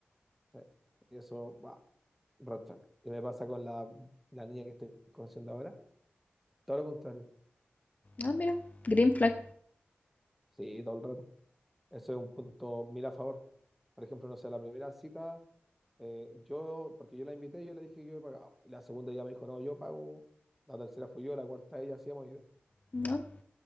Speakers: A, in the centre; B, on the left.
A: Sí. Y eso, va, red flag. Y me pasa con la, la niña que estoy conociendo ahora. Todo lo contrario.
B: Ah, mira. Green flag.
A: Sí, todo el rato. Eso es un punto mil a favor. Por ejemplo, no sé, la primera cita, eh, yo, porque yo la invité, yo le dije que yo pagaba. Y la segunda ya me dijo, no, yo pago. La tercera fui yo, la cuarta ella, así hemos ido.
B: No,